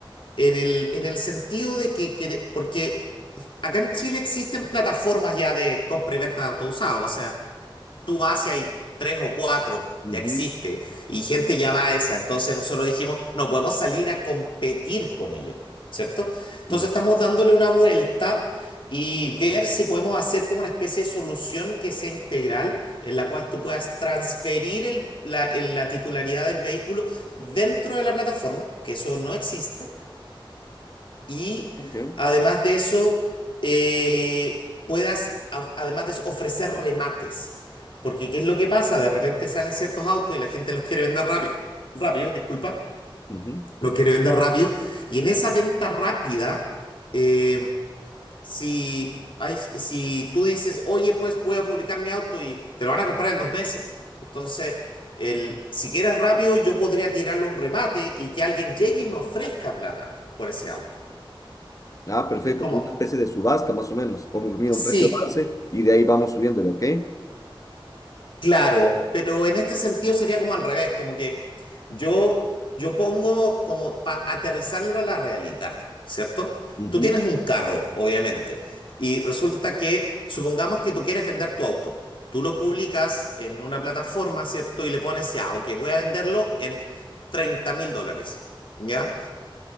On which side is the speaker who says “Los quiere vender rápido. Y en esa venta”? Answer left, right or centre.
Left